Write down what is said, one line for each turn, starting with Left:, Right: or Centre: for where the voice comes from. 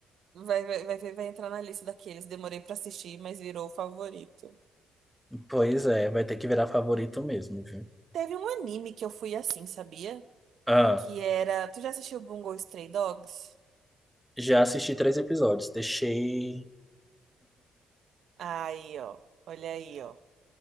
Right: vai, vai, vai, vai entrar na lista daqueles. Demorei pra assistir, mas virou o favorito.
Centre: Pois é, vai ter que virar favorito mesmo, viu?
Right: Teve um anime que eu fui assim, sabia?
Centre: Ah,
Right: Que era. Tu já assistiu Bungo Stray Dogs?
Centre: já assisti três episódios, deixei.
Right: Aí, ó. Olha aí, ó.